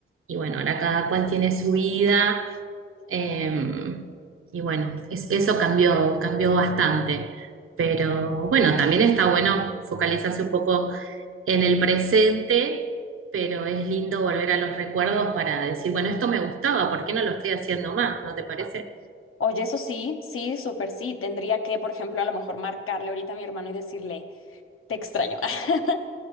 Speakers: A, on the right (about 80°); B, on the left (about 85°).
A: y bueno, ahora cada cual tiene su vida eh, y bueno, es- eso cambió, cambió bastante. Pero bueno, también está bueno focalizarse un poco en el presente, pero es lindo volver a los recuerdos para decir, bueno, esto me gustaba, ¿por qué no lo estoy haciendo más? ¿No te parece?
B: Oye, eso sí, sí, súper sí. Tendría que, por ejemplo, a lo mejor marcarle ahorita a mi hermano y decirle. Te extraño. <laughs>